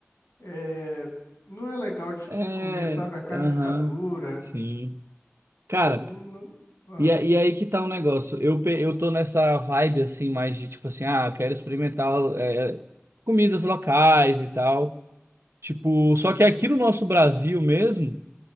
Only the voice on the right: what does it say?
É.
Aham.
Sim. Cara.
E, a- e aí que tá o negócio. Eu, pe- eu tô nessa vibe assim, mais de tipo assim, ah, quero experimentar é, comidas locais e tal. Tipo,
só que aqui no nosso Brasil mesmo,